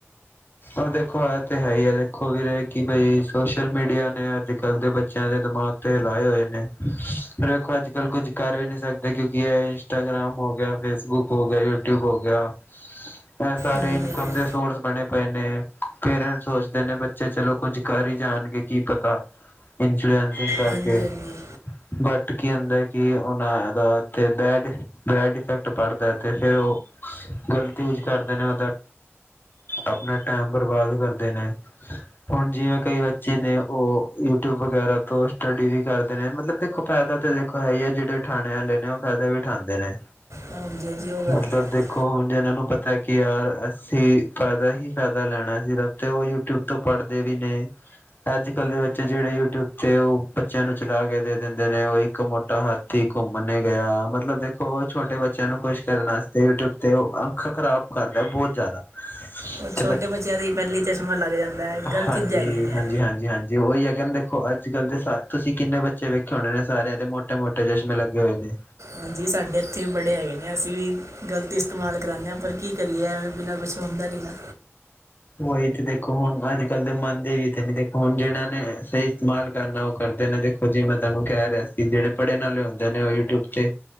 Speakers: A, on the left (about 45°); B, on the right (about 85°).
A: ਉਹ ਦੇਖੋ ਇਹ ਤੇ ਹੈ ਹੀ ਆ ਦੇਖੋ ਵੀਰੇ ਕਿ ਬਈ ਸੋਸ਼ਲ ਮੀਡੀਆ ਨੇ ਅੱਜ ਕੱਲ੍ਹ ਦੇ ਬੱਚਿਆਂ ਦੇ ਦਿਮਾਗ ਲਾਏ ਹੋਏ ਨੇ ਵਖੋ ਅੱਜ ਕੱਲ ਕੁੱਝ ਕਰ ਵੀ ਨੀ ਸਕਦੇ ਕਿਉਂਕਿ ਇਹ ਇੰਸਟਾਗ੍ਰਾਮ ਹੋ ਗਿਆ ਫੇਸਬੁੱਕ ਹੋ ਗਿਆ ਯੂਟੀਿਊਬ ਹੋ ਗਿਆ ਇਹ ਸਾਰੇ
B: ਹਾਂਜੀ
A: ਇਨਕਮ
B: ਹਾਂਜੀ
A: ਦੇ ਸੋਰਸ ਬਣੇ ਪਏ ਨੇ ਪੇਰੈਂਟ ਸੋਚਦੇ ਨੇ ਬੱਚੇ ਚਲੋ ਕੁੱਝ ਕਰ ਹੀ ਜਾਣਗੇ ਕੀ ਪਤਾ ਇਨਫਲੂਐਂਸਿੰਗ ਕਰਕੇ
B: ਹਾਂਜੀ ਹਾਂਜੀ
A: ਬਟ ਕੀ ਹੁੰਦਾ ਕਿ ਉਹਨਾ ਦਾ ਬੈਡ ਬੈਡ ਇਫੈਕਟ ਪੜਦਾ ਅਤੇ ਫਿਰ ਉਹ ਗਲਤੀ ਯੂਜ ਕਰਦੇ ਨੇ ਉਹਦਾ ਆਪਣਾ ਟਾਈਮ ਬਰਬਾਦ ਕਰਦੇ ਨੇ ਹੁਣ ਜਿਵੇਂ ਕਈ ਬੱਚੇ ਨੇ ਉਹ ਯੂਟਿਊਬ ਵਗੈਰਾ ਤੋਂ ਸਟੱਡੀ ਵੀ ਕਰਦੇ ਨੇ ਮਤਲਬ ਦੇਖੋ ਫਾਇਦਾ ਤੇ ਹੈ ਹੀ ਹੈ ਜਿਹੜੇ ਠਾਣੇ ਵਾਲੇ ਨੇ ਉਹ ਫਾਇਦਾ ਵੀਠਾਂਂਦੇ ਨੇ
B: ਹਾਂਜੀ ਜੀ ਉਹ ਗਲਤ
A: ਮਤਲਬ
B: ਹੈ ਜੀ
A: ਦੇਖੋ ਹੁਣ ਜੇਨਾਂ ਨੂੰ ਪਤਾ ਕਿ ਯਾਰ ਅਸੀਂ ਪਾਇਦਾ ਹੀ ਫਾਇਦਾ ਲੈਣਾ ਸੀਗਾ ਤੇ ਉਹ ਯੂਟਿਊਬ ਤੋਂ ਪੜ੍ਹਦੇ ਵੀ ਨੇ ਅੱਜ ਕੱਲ ਦੇ ਬੱਚੇ ਜਿਹੜੇ ਯੂਟਿਊਬ ਤੇ ਉਹ ਬੱਚਿਆਂ ਨੂੰ ਚਲਾ ਕੇ ਦੇ ਦਿੰਦੇ ਨੇ ਉਹ ਇੱਕ ਇੱਕ ਮੋਟਾ ਹਾਥੀ ਘੁੰਮ ਨੇ ਗਿਆ ਮਤਲਬ ਦੇਖੋ ਛੋਟੇ ਬੱਚਿਆਂ ਨੂੰ ਖੁਸ਼ ਕਰਨ ਤੇ ਯੂਟਿਊਬ ਤੇ ਉਹ ਅੱਖਾਂ ਖ਼ਰਾਬ ਕਰਦਾ ਬਹੁਤ ਜ਼ਿਆਦਾ
B: ਉਹ
A: ਤੇ
B: ਛੋਟੇ ਬੱਚਿਆਂ ਦੀ ਪਹਿਲੀ ਚਸ਼ਮਾ ਲੱਗ ਜਾਂਦਾ ਹੈ ਗਲਤ
A: ਹਾਂਜੀ,
B: ਚੀਜ਼ਾਂ ਹੈਗੀਆਂ
A: ਹਾਂਜੀ ਹਾਂਜੀ ਹਾਂਜੀ ਜੇ ਉਹੀ ਹੈ ਕਦੇ ਦੇਖੋ ਅੱਜ ਕੱਲ੍ਹ ਦੇ ਸਾ ਤੁਸੀਂ ਕਿੰਨੇ ਬੱਚੇ ਵੇਖੇ ਹੋਣੇ ਨੇ ਸਾਰਿਆਂ ਦੇ ਮੋਟੇ ਮੋਟੇ ਚਸ਼ਮੇ ਲੱਗੇ ਹੋਏ ਨੇ
B: ਹਾਂਜੀ ਸਾਡੇ ਇੱਥੇ ਈ ਬੜੇ ਹੈਗੇ ਨੇ ਅਸੀਂ ਵੀ ਗ਼ਲਤ ਇਸਤੇਮਾਲ ਕਰਾਣੇ ਆ ਪਰ ਕੀ ਕਰੀਏ ਐਵੇਂ ਬਿਨਾਂ ਕੁਛ ਹੁੰਦਾ ਨੀ ਨਾ।
A: ਉਹੀ ਤੇ ਦੇਖੋ ਹੁਣ ਅੱਜ-ਕੱਲ ਦੇ ਮੰਨਦੇ ਵੀ ਤੇ ਨੀ ਦੇਖੋ ਹੁਣ ਜਿਹੜਿਆ ਨੇ ਸਈ ਇਸਤੇਮਾਲ ਕਰਨਾ ਉਹ ਕਰਦੇ ਨੇ ਦੇਖੋ ਜੀ ਮੈਂ ਤੁਹਾਨੂੰ ਕਹਿ ਰਿਆ ਸੀ ਜਿਹੜੇ ਪੜ੍ਹਨ ਆਲੇ ਹੁੰਦੇ ਨੇ ਉਹ ਯੂਟਿਊਬ ਤੇ